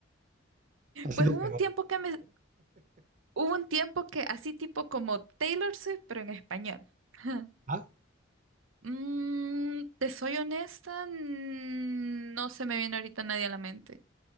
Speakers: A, on the right; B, on the right.
A: Así
B: pues
A: de.
B: hubo un tiempo que me, Hubo un tiempo que así tipo como Taylor Swift, pero en español. <laughs>
A: Ah,
B: Mm, te soy honesta, mm, no se me viene ahorita nadie a la mente.